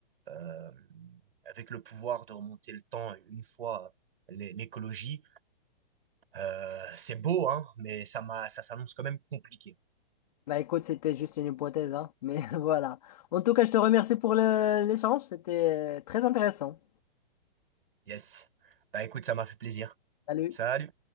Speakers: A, on the right; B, on the left.
A: euh, avec le pouvoir de remonter le temps une fois l'é- l'écologie, euh, c'est beau, hein, mais ça m'a, ça s'annonce quand même compliqué.
B: Bah écoute, c'était juste une hypothèse, hein. Mais <laughs> voilà. En tout cas, je te remercie pour le- l'échange. C'était euh, très intéressant.
A: Yes. Bah écoute, ça m'a fait plaisir.
B: Salut.
A: Salut.